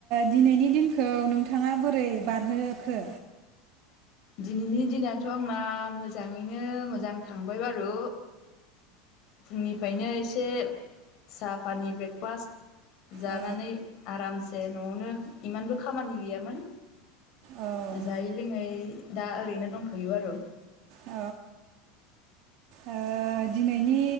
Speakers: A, on the right; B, on the left.
A: दिनैनि दिनखौ नोंथांङा बोरै बारहोखो?
B: दिनैनि दिनाथ' आंना मोजांङैनो मोजां थांबाय बारु फुंनिफ्रायनो एसे सा फानि ब्रेकफास्ट जानानै
A: औ
B: आरामसे न'आवनो इमानबो खामानि गैयामोन
A: औ
B: जायै लोङै दा ओरैनो दंथ'यो बारु।
A: औ ओ दिनैनि